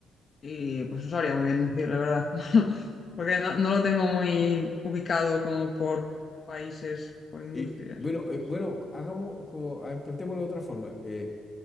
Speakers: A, on the left (about 35°); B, on the left (about 20°).
A: y pues no sabría muy bien decir la verdad, <laughs> porque no, no lo tengo muy ubicado como por países, por industrias.
B: Y bueno,
A: Entonces...
B: eh, bueno, hagamos como, a ver, planteémoslo de otra forma. Eh,